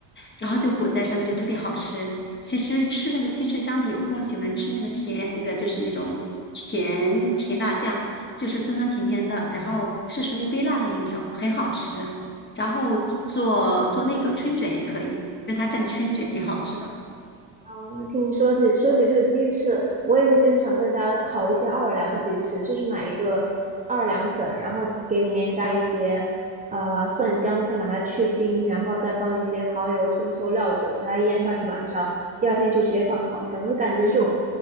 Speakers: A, on the left; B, on the right.
A: 然后就裹在上面就特别好吃。其实吃那个鸡翅相比，我更喜欢吃那个甜，那个就是那种甜甜辣酱，就是酸酸甜甜的，然后是属于微辣的那种，很好吃。然后做做那个春卷也可以，就它蘸春卷也好吃的。
B: 哦，那听你说起说起这个鸡翅，我也会经常在家烤一些奥尔良鸡翅，就是买一个奥尔良粉，然后给里面加一些呃蒜姜，先把它去腥，然后再放一些蚝油、生抽、料酒，给它腌上一晚上，第二天就直接放烤箱。我会感觉这种